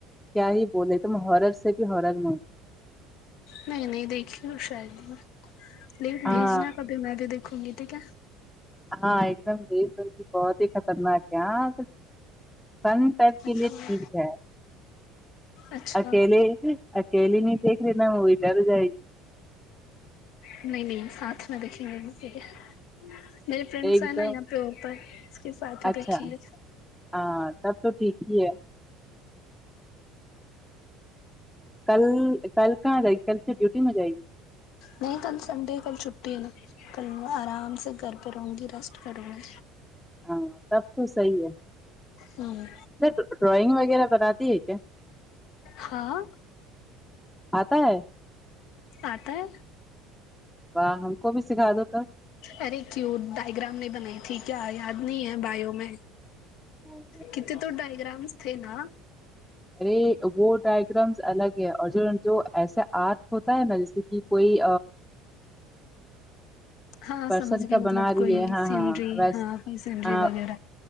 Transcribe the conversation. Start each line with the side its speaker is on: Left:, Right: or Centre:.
Centre: کیا ہی بولے تم ہارر سے بھی ہرر مووی
Left: نہیں نہیں دیکھی ہ شاید ہی میں لن
Centre: ہاں
Left: بھیجنا کبھی میں بھی دیکھوں گی ٹھیک ہے
Centre: ہاں ایک دم د دی بہت ہی خطرناک ہے ہاں فن ٹایپ کے
Left: اچھا
Centre: لیے ٹھیک ہے
Left: اچھا
Centre: اکیلی اکیلی نہیں دیکری نہ م ا ڈر جئی
Left: نہیں نہیں ساتھ میں دکھھیں گے مھے کیا میرے فرینڈس
Centre: ایک
Left: ہیں
Centre: دم
Left: نا یہاں پہ اوپر اس کے ساتھ بھی
Centre: اچھا
Left: بیٹھی لے
Centre: ہاں تب تو ٹھیک ہی ہے کل کل کہاں جائے گی کل سے ڈیوٹی میں جائے گی
Left: نہیں کل سنڈے کل چھٹی ہے نہ کل میں آرام سے گھر پہ رہوں گی ریسٹ کروں گی
Centre: ہاں تب تو صحیح ہے
Left: ہوں
Centre: س ڈرائنگ وغیرہ بتاتی ہے کیا
Left: ہاں
Centre: آتا ہے
Left: آتا ہے
Centre: واہ ہم کو بھی سکھا دو تو
Left: ارے کیوں ڈائگرام نہیں بنائی تھی کیا یاد نہیں ہے بیو میں
Centre: تب
Left: کت تو ڈائ گرامس تھے نا
Centre: ارے وہ ڈائگرامس الگ ہے اور جو جو ایسا آرٹ ہوتا ہے نا جیسے کہ کوئی
Left: ہاں
Centre: پرسن
Left: سمجھ گئے
Centre: کا
Left: مطلب
Centre: بنا رہی
Left: کوئی
Centre: ہے ہاں
Left: سینری
Centre: ہاں ویس
Left: ہاں کوئی سینری
Centre: ہاں
Left: وغیرہ